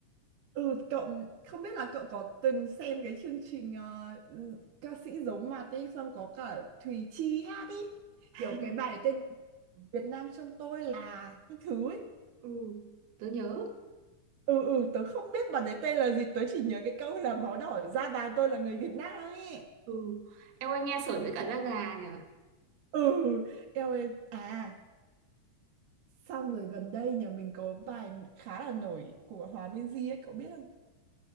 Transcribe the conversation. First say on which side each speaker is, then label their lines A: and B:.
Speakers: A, on the right; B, on the right.
A: ừ cậu không biết là cậu có từng xem cái chương trình ờ, ừ, ca sĩ giấu mặt ấy xong có cả Thùy Chi hát ấy
B: À,
A: kiểu cái bài này tên là Việt Nam trong tôi là các thứ ấy
B: ừ, tớ nhớ.
A: ừ ừ tớ không biết bà đấy tên là gì tớ chỉ nhớ cái câu là máu đỏ da vàng tôi là người Việt Nam ấy
B: Ừ. Em ơi nghe sởn tới cả da gà nhỉ.
A: ừ eo ơi à xong rồi gần đây nhà mình có bài khá là nổi của Hòa Minzy ấy cậu biết không